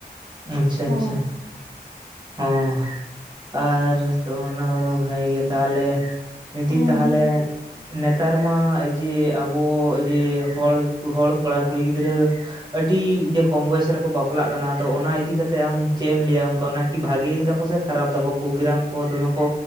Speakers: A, on the right (about 25°); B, on the right (about 50°).
A: ᱟᱪᱪᱷᱟ
B: ᱦᱳᱭ
A: ᱟᱪᱪᱷᱟ ᱮᱸ ᱟᱨ ᱚᱱᱟ ᱠᱚᱫᱚ ᱵᱷᱟᱜᱮ ᱜᱮ ᱛᱟᱦᱚᱞᱮ ᱡᱩᱫᱤ
B: ᱦᱮᱸ
A: ᱛᱟᱦᱚᱞᱮ
B: ᱦᱮᱸ
A: ᱱᱮᱛᱟᱨ ᱢᱟ ᱡᱮ ᱟᱵᱚ ᱡᱮ ᱦᱚᱲ ᱦᱚᱲ ᱠᱚᱲᱟ ᱠᱩᱲᱤ ᱜᱤᱫᱽᱨᱟᱹ ᱟᱹᱰᱤ ᱤᱡᱟᱹ ᱠᱚᱢ ᱵᱚᱭᱮᱥ ᱨᱮᱠᱚ ᱵᱟᱯᱞᱟᱜ ᱠᱟᱱᱟ ᱟᱫᱚ ᱚᱱᱟ ᱤᱫᱤᱠᱟ ᱠᱟᱛᱮ ᱟᱢ ᱪᱮ ᱮᱢ ᱞᱟᱹᱭᱟ ᱚᱱᱠᱟ ᱚᱱᱟ ᱠᱤ ᱵᱷᱟᱜᱤ ᱫᱟᱠᱚ ᱥᱮ ᱠᱷᱟᱨᱟᱯ ᱫᱟᱠᱚ ᱯᱨᱳᱜᱨᱟᱢ ᱠᱚ ᱫᱚᱢᱮ ᱠᱚ